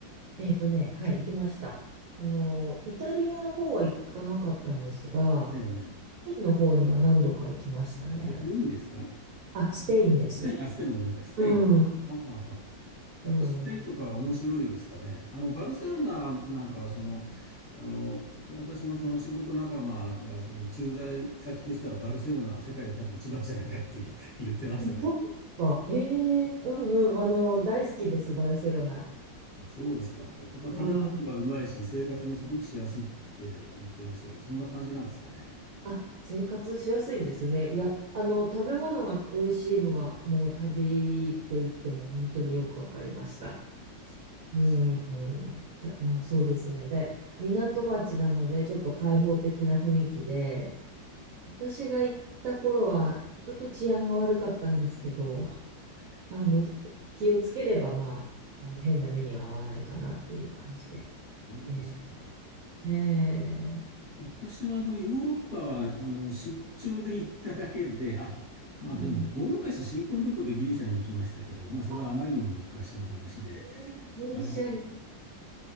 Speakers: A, on the right; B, on the left.
A: えっとね、はい、行きました。あの、イタリアの方は行かなかったんですが、
B: ええ
A: スペインの方には何度か行きましたね。
B: え、ウィーンですか
A: あ、スペインです。
B: スペイン、あ、スペイン、ごめんなさい、スペイン。
A: うん。
B: あはは。やっぱスペインとかは面白いですかね。
A: そう。
B: あの、バルセロナなんかは、その、あの、私のその仕事仲間が、その駐在先としては、バルセロナは世界で多分一番じゃないかって <laughs> 言ってましたけど。
A: どうですかええうんうん。あの、大好きです、バルセロナ。
B: あ、そうですか。やっぱ食べ物がうまいし、
A: うん。
B: 生活もすごくしやすいって言ってましたけど、そんな感じなんですかね。
A: あ、生活しやすいんですね。いや、あの、食べ物が美味しいのは、もう旅で行っても本当によくわかりました。
B: そうですか。
A: うん、た、あ、そうですね。で、港町なので、ちょっと開放的な雰囲気で、私が行った頃は、ちょっと治安が悪かったんですけど、<laughs> あの、気をつければ、まあ、あの、変な目には合わないかなっていう感じで。
B: どうですか。
A: えー、え
B: 私はあの、ヨーロッパは、あの、出張で行っただけで、あ、まあでも、
A: ー、うん。
B: 大昔新婚旅行でギリシャに行きましたけど、まあそれはあまりにも昔の話で、
A: あ、ねギリシャに、
B: あの、